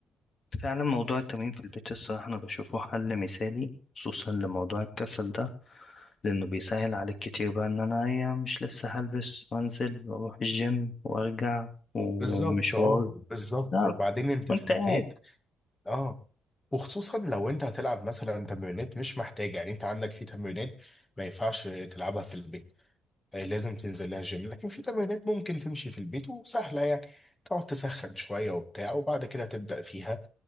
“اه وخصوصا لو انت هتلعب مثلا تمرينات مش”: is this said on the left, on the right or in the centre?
Left